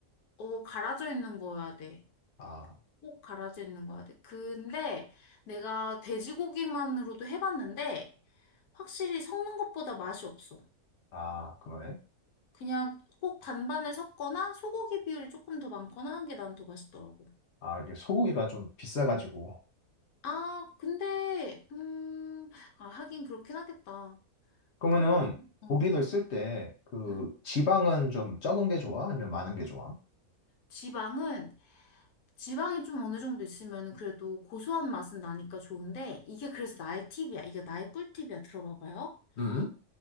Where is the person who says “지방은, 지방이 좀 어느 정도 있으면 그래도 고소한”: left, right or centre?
Left